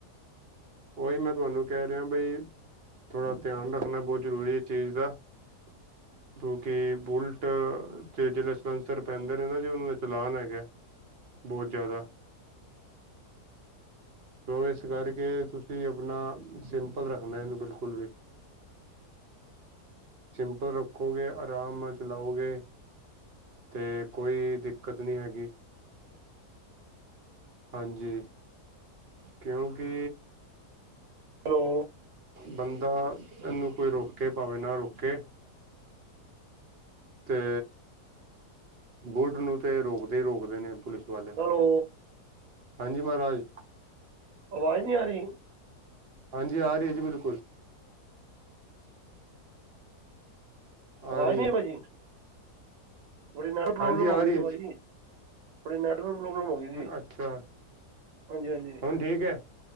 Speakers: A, on the right; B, on the right.
A: ਉਹੀ ਮੈਂ ਤੁਹਾਨੂੰ ਕਹਿ ਰਿਹਾ ਬਈ ਥੋੜ੍ਹਾ ਧਿਆਨ ਰੱਖਣਾ ਬਹੁਤ ਜ਼ਰੂਰੀ ਹੈ ਚੀਜ਼ ਦਾ। <inaudible> ਕਿਉਂਕਿ ਬੁਲਟ ਚ ਜਿਹੜੇ ਸਲੈਂਸਰ ਪੈਂਦੇ ਨੇ ਨਾ, ਉਹਨਾਂ ਨੇ ਚਲਾਨ ਹੈਗਾ। ਬਹੁਤ ਜ਼ਿਆਦਾ, ਸੋ ਇਸ ਕਰਕੇ। ਤੁਸੀਂ ਆਪਣਾ ਸਿੰਪਲ ਰੱਖਣਾ ਇਹਨੂੰ ਬਿਲਕੁਲ ਵੀ। ਸਿੰਪਲ ਰੱਖੋਗੇ ਆਰਾਮ ਨਾਲ ਚਲਾਓਗੇ। ਤੇ ਕੋਈ ਦਿੱਕਤ ਨੀ ਹੈਗੀ। ਹਾਂਜੀ, ਕਿਉਂਕਿ
B: ਹੈਲੋ।
A: ਬੰਦਾ ਇਹਨੂੰ ਕੋਈ ਰੋਕ ਕੇ ਭਾਵੇਂ ਨਾ ਰੋਕੇ ਅਤੇ ਬੁਲਟ ਨੂੰ ਤੇ ਰੋਕਦੇ ਹੀ ਰੋਕਦੇ ਨੇ ਪੁਲਿਸ ਵਾਲੇ
B: ਹੈਲੋ
A: ਹਾਂਜੀ ਮਹਾਰਾਜ
B: ਆਵਾਜ਼ ਨਹੀਂ ਆ ਰਹੀ?
A: ਹਾਂਜੀ, ਆ ਰਹੀ ਹੈ ਜੀ ਬਿਲਕੁਲ।
B: ਆਵਾਜ਼
A: ਰਹੀ
B: ਨਹੀਂ
A: ਹੈ
B: ਆ ਭਾਜੀ। ਥੋੜੀ ਨੈੱਟ ਪ੍ਰੋਬਲਮ
A: ਹਾਂਜੀ ਆ
B: ਹੋ ਗਈ
A: ਰਹੀ
B: ਸੀ
A: ਹੈ
B: ਭਾਜੀ,
A: ਜੀ
B: ਥੋੜੀ ਨੈੱਟਵਰਕ ਪ੍ਰੋਬਲਮ ਹੋ ਗਈ ਸੀ
A: ਅੱਛਾ,
B: ਹਾਂਜੀ ਹਾਂਜੀ
A: ਹੁਣ ਠੀਕ ਹੈ।